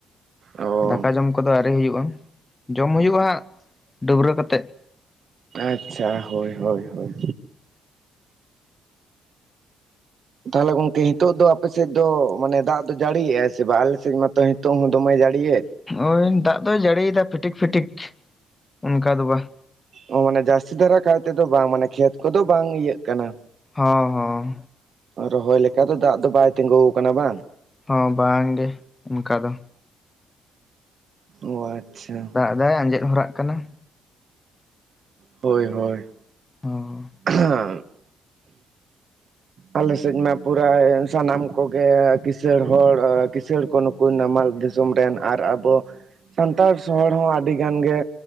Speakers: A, on the right; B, on the left.
A: ᱚ
B: ᱫᱟᱠᱟ ᱡᱚᱢ ᱠᱚᱫᱚ ᱟᱣᱨᱤ ᱦᱩᱭᱩᱜᱼᱟ, ᱡᱚᱢ ᱦᱩᱭᱩᱜᱼᱟ ᱦᱟᱸᱜ ᱰᱟᱹᱵᱽᱨᱟᱹ ᱠᱟᱛᱮᱫ᱾
A: ᱟᱪᱪᱷᱟ ᱦᱳᱭ ᱦᱳᱭ ᱦᱳᱭ ᱛᱟᱦᱚᱞᱮ ᱜᱚᱢᱠᱮ ᱱᱤᱛᱚᱜ ᱫᱚ ᱟᱯᱮ ᱥᱮᱫ ᱫᱚ ᱢᱟᱱᱮ ᱫᱟᱜ ᱫᱚ ᱡᱟᱹᱲᱤᱭᱮᱜ ᱟᱭ ᱥᱮ ᱵᱟᱝ, ᱟᱞᱮ ᱥᱮᱫ ᱢᱟᱛᱚ ᱱᱤᱛᱚᱜ ᱦᱚᱸ ᱫᱚᱢᱮ ᱡᱟᱹᱲᱤᱭᱮᱫ᱾
B: ᱳᱭ ᱫᱟᱜ ᱫᱚᱜ ᱡᱟᱹᱲᱤᱭᱮᱫᱟ ᱯᱷᱤᱴᱤᱠ ᱯᱷᱤᱴᱤᱠ ᱚᱱᱠᱟ ᱫᱚ ᱵᱟᱝ
A: ᱚ ᱢᱟᱱᱮ ᱡᱟᱹᱥᱛᱤ ᱫᱷᱟᱨᱟ ᱠᱟᱭ ᱛᱮᱫᱚ ᱵᱟᱝ ᱢᱟᱱᱮ ᱠᱷᱮᱛ ᱠᱚᱫᱚ ᱵᱟᱝ ᱤᱭᱟᱹᱜ ᱠᱟᱱᱟ᱾
B: ᱦᱚᱸ ᱦᱚᱸ
A: ᱨᱚᱦᱚᱭ ᱞᱮᱠᱟ ᱫᱚ ᱫᱟᱜ ᱫᱚ ᱵᱟᱭ ᱛᱤᱜᱩ ᱠᱟᱱᱟ ᱵᱟᱝ
B: ᱦᱚᱸ ᱵᱟᱝ ᱜᱮ ᱚᱱᱠᱟ ᱫᱚ
A: ᱚ ᱟᱪᱪᱷᱟ
B: ᱯᱨᱟᱭ ᱟᱸᱡᱮᱫ ᱦᱚᱨᱟᱜ ᱠᱟᱱᱟ
A: ᱦᱳᱭ ᱦᱳᱭ
B: ᱦᱚᱸ
A: <unintelligible> ᱟᱞᱮ ᱥᱮᱫ ᱢᱟ ᱯᱩᱨᱟᱹ ᱥᱟᱱᱟᱢ ᱠᱚᱜᱮ ᱠᱤᱥᱟᱹᱲ ᱦᱚᱲ ᱠᱤᱥᱟᱹᱲ ᱠᱚ ᱱᱩᱠᱩ᱾ ᱠᱚ ᱱᱟᱢᱟᱞ ᱫᱤᱥᱚᱢ ᱨᱮᱱ ᱟᱨ ᱟᱵᱚ ᱥᱟᱱᱛᱟᱲ ᱦᱚᱲ ᱦᱚᱸ ᱟᱹᱰᱤ ᱜᱟᱱ ᱜᱮ